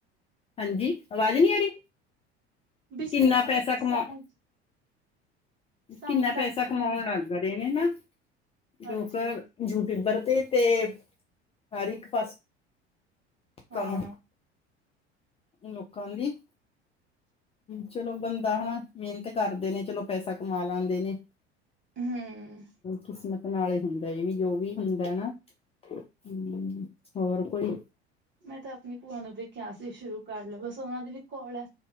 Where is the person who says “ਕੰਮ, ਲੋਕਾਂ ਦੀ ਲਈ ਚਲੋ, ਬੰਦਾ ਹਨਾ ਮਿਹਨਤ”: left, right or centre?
Left